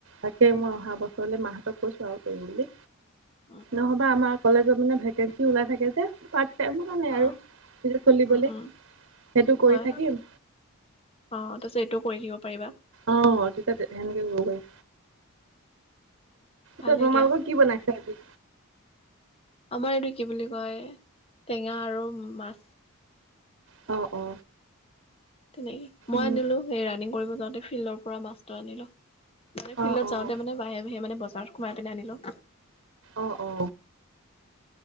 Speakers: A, on the right (about 55°); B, on the left (about 25°).
A: তাকেই মই অহা বছৰলৈ মাহঁতক কৈছোঁ, আৰু কৰিম বুলি,
B: উম উম
A: নহ'বা আমাক কলেজত মানে ভেকেঞ্চি ওলাই থাকে যে, পাৰ্ট টাইমত। মানে আৰু
B: অ
A: এই, চলিবলে
B: উম,
A: সেইটো
B: উম,
A: কৰি
B: হয়
A: থাকিম।
B: অ, তাৰপিছত এইটো কৰি দিব পাৰিবা।
A: অ, তেতিয়া হেনেকে কৰিব পাৰিম।
B: ভালেই
A: য়া, তোমালোকৰ
B: দিয়া
A: কি বনাইছ আজি?
B: আমাৰ এইটো কি বুলি কয়, টেঙা আৰু মাছ।
A: অ, অ,
B: তেনেকে মই
A: উম
B: আনিলো সেই, ৰানিং কৰিব যাওঁতে ফিল্ডৰ পৰা মাছটো আনিলো, মানে ফিল্ডত
A: অঁ অঁ
B: যাওঁ মানে বাহিৰে-বাহিৰে মান বজাৰত সোমাই পেনে আনিলো।
A: অ, অ,